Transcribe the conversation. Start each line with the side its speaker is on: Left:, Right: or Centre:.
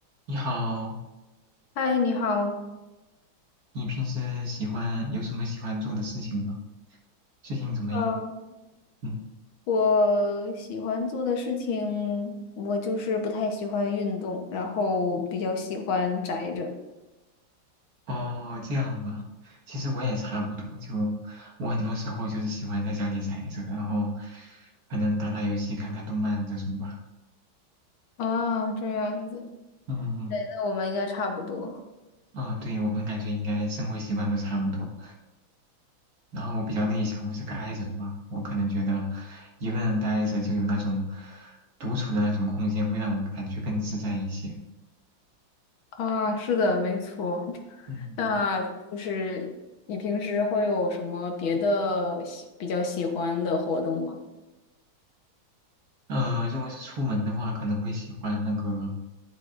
Right: 你好，
Left: 嗨，你好。
Right: 你平时喜欢有什么喜欢做的事情吗？最近怎么样？
Left: 嗯，
Right: 嗯，
Left: 我喜欢做的事情，我就是不太喜欢运动，然后比较喜欢宅着。
Right: 哦，这样啊。其实我也差不多，就我很多时候就是喜欢在家里宅着，然后可能打打游戏、看看动漫这种吧。
Left: 啊，这样子
Right: 嗯
Left: 对，那我们应该差不多。
Right: 嗯，啊，对，我们感觉应该生活习惯都差不多。然后我比较内向，我是个 I 人嘛，我可能觉得一个人待着就有那种独处的那种空间，会让我感觉更自在一些。
Left: 啊，是的，没错。
Right: 嗯，
Left: 那就是你平时会有什么别的喜比较喜欢的活动吗？
Right: 呃，如果是出门的话，可能会喜欢那个